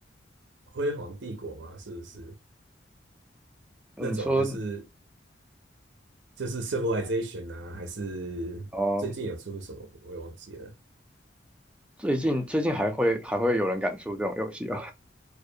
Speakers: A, on the right; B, in the centre.
A: 《辉煌帝国》吗？是不是
B: 你说
A: 那种就是就是 Civilization 啊？还是最近有出什么我也忘记了。
B: 哦，最近最近还会还会有人敢出这种游戏哦？